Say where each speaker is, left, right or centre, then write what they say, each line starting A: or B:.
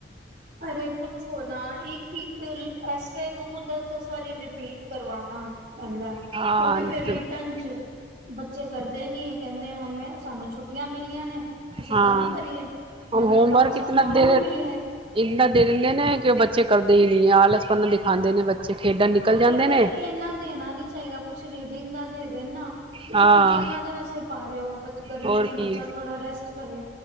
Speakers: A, on the right (about 45°); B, on the right (about 30°).
A: ਅਰੇ ਪੁੱਛੋ ਨਾ ਇੱਕ-ਇੱਕ ਅ ਐਸੇ ਨੂੰ ਦਸ-ਦਸ ਵਾਰੀ ਰਿਪੀਟ ਕਰਵਾਨਾ ਕਹਿੰਦਾ
B: ਹਾਂ
A: ਉਹ ਵੀ ਫੇਿਰ ਰਿਟਨ
B: ਹਾਂ
A: ਚ ਬੱਚੇ ਕਰਦੇ ਨੀ ਕਹਿੰਦੇ ਹਮੇ ਸਾਨੂੰ ਛੁੱਟੀਆਂ ਮਿਲੀਆਂ ਨੇ ਅਸੀਂ
B: ਹਾਂ
A: ਕੰਮ ਕਰੀਏ
B: ਹੁਣ
A: ਮੈਂ ਕਿਹਾ
B: ਹੋਮਵਰਕ
A: ਫ ਕੰਮ ਸਾ
B: ਇਤਨਾ
A: ਮਾਵਾਂ
B: ਦੇਰ
A: ਨੂੰ ਮਿਲਿਆ ਹੈ
B: ਇੰਨਾ ਦੇ ਦਿੰਦੇ ਨੇ ਕਿ ਉਹ ਬੱਚੇ ਕਰਦੇ ਹੀ ਨਹੀਂ ਹੈ ਆਲਸ ਦਿਖਾਉਂਦੇ ਨੇ ਬੱਚੇ ਖੇਡਣ ਨਿਕਲ ਜਾਂਦੇ
A: ਐ ਪਰ
B: ਨੇ
A: ਇਨਾ ਦੇਣਾ ਨੀ ਚਾਹੀਦਾ ਕੁਛ ਰੀਡਿੰਗਾ ਦੇ ਦੇਣ ਨਾ ਤੁਸੀਂ
B: ਹਾਂ
A: ਛੁੱਟੀਆਂ ਕਾਹਦੇ ਵੈਸੇ ਪਾ ਰਹੇ ਹੋ। ਬੱਚਾ ਗਰਮੀ
B: ਹੋਰ
A: ਹੈ
B: ਕੀ
A: ਬੱਚਾ ਥੋੜਾ ਰੈਸਟ ਕਰੇ